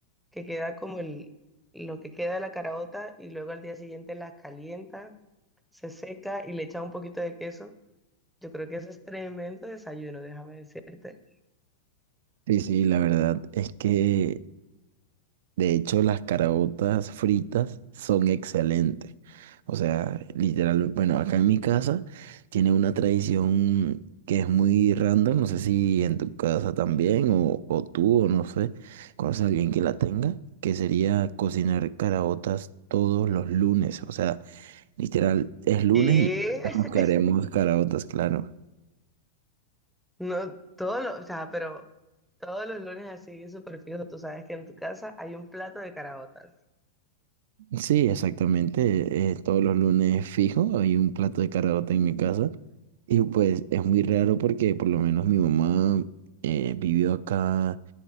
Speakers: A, in the centre; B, on the right.
A: que queda como el, lo que queda de la caraota y luego al día siguiente las calienta, se seca y le echa un poquito de queso. Yo creo que eso es tremendo desayuno, déjame decirte.
B: Sí, sí, la verdad es que De hecho, las caraotas fritas son excelentes. O sea, literal, bueno, acá en mi casa tiene una tradición que es muy random. No sé si en tu casa también o, o tú o no sé, conoces a alguien que la tenga, que sería cocinar caraotas todos los lunes. O sea, literal, es lunes
A: Y
B: y ya
A: <laughs>
B: nos haremos caraotas, claro.
A: no, todos los, o sea, pero todos los lunes así, súper fijo, tú sabes que en tu casa hay un plato de caraotas.
B: Sí, exactamente. eh, todos los lunes fijo, hay un plato de caraota en mi casa. Y pues es muy raro porque por lo menos mi mamá eh, vivió acá.